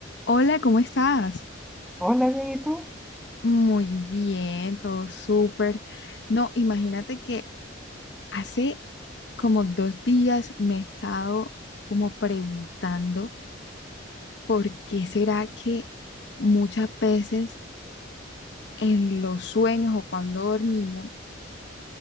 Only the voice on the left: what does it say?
Hola, ¿cómo estás?
Muy bien, todo súper. No, imagínate que hace como dos días me he estado como preguntando por qué será que muchas veces en los sueños o cuando dormimos